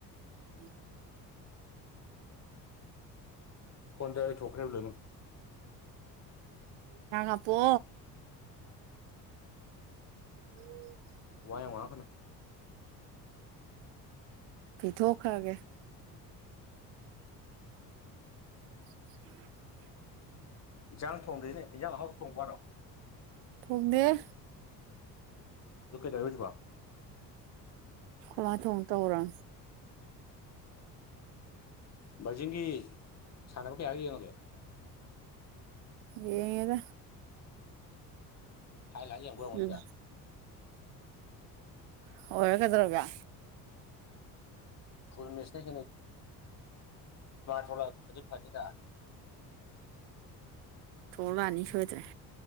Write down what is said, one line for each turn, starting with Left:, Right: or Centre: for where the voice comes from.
Right: ꯎꯝ
Left: ꯀꯣꯟꯇ ꯊꯣꯈ ꯎ ꯂꯩꯅ
Right: ꯌꯥꯉ ꯄ ꯎꯝ
Left: ꯋꯥ ꯌꯥ ꯋꯥ ꯐꯅ
Right: ꯐ ꯊꯣꯛꯣ ꯈꯥꯒꯦ <unintelligible> <inaudible>
Left: ꯏꯟꯁꯥꯡ ꯊꯣꯡꯗꯣꯏꯅꯦ ꯏꯟꯖꯥꯡ ꯍꯍꯥꯎ ꯊꯣꯡꯕꯔꯣ
Right: ꯊꯣꯡꯃꯦꯦ
Left: ꯑꯗꯨ ꯀꯩꯗꯧꯔꯦ ꯍꯧꯖꯤꯛꯐꯥꯎ
Right: ꯃ ꯊꯣꯡ ꯇ ꯍꯧꯔ
Left: ꯕꯔꯖꯤꯡꯒꯤ ꯁꯥꯟꯅꯕ ꯀꯌꯥꯒ ꯌꯦꯡꯉꯒꯦ
Right: ꯌꯦꯉꯗ
Left: ꯍꯥꯏꯥꯏ ꯂ ꯌꯦꯡꯕ ꯌꯦꯡꯉꯣꯅꯤꯗ
Right: ꯎꯝ ꯍꯔꯦ ꯀꯗ꯭ꯔꯣꯒ
Left: ꯐꯨꯜ ꯃꯦꯠꯁꯅ ꯣꯂ ꯔꯔꯤꯐꯥꯅꯤꯗ
Right: ꯊꯂꯛꯑꯅꯤ ꯁꯣꯏꯗ꯭ꯔꯦ